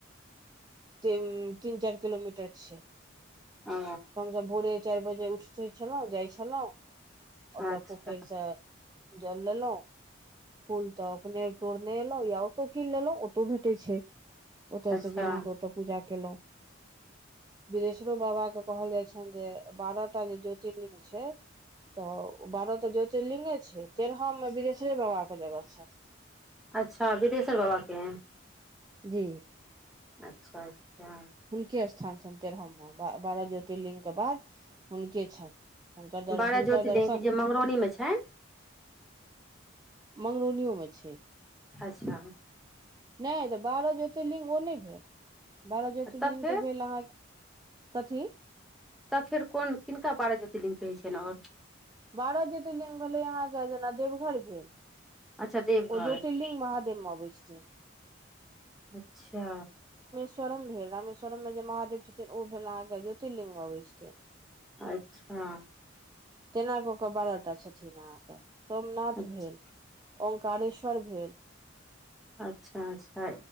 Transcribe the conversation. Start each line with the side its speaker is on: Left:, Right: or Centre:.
Right: तीन चारि किलोमीटर छै
Centre: ओ
Right: हम हमसब भोरे चारि बजे उठित छलहुँ जाइ छलहुँ ओतऽ
Centre: अच्छा
Right: पोखरिसँ जल लेलहुँ फूल तऽ अपने तोड़लेलौं या ओतय कीन लेलो ओतौ भी तै छै ओतय
Centre: अच्छा
Right: से गेलहुँ तऽ ओतय पूजा केलहुँ विदेशरो बाबा के कहल जाइ छनि जे बारह टा जे ज्योतिर्लिंग छै तऽ बारह तऽ ज्योतिर्लिंगे छै तेरहममे विदेशरे बाबाके जगह छैन
Centre: अच्छा बिदेश्वर बाबा के
Right: जी
Centre: अच्छा अच्छा
Right: हुनके स्थान छनि तेरहम मे बारह ज्योतिर्लिंगके बाद हुनके छनि हुनकर दर
Centre: बारह
Right: हुनकर
Centre: ज्योतिर्लिंग
Right: दर्शन
Centre: के जे मंगरौनी मे छै
Right: मंगरोलोमे छैय।
Centre: अच्छा
Right: नहि तऽ बारह ज्योतिर्लिङ्ंग ओ नहि भेल बारह ज्योतिर्लिङ्ंग
Centre: तब फेर
Right: तऽ भेल अहाँके कथी
Centre: तब फेर कोन किनका बारह ज्योतिर्लिग कहै छियनि आओर
Right: बारह ज्योतिर्लिग भेलै अहाँके जेना देवघर भेल
Centre: अच्छा देवघर
Right: ओ ज्योतिर्लिग महादेवमे अबै छथिन
Centre: अच्छा
Right: स्वरम भेल रामेश्वरम मे जे महादेव छथिन ओ भेल अहाँके ज्योतिर्लिंग मे अबै छथिन
Centre: अच्छा
Right: केना कऽ कऽ बारह टा छथिन अहाँके सोमनाथ
Centre: अच्छा
Right: भेल ओंकारेश्वर भेल
Centre: अच्छा अच्छा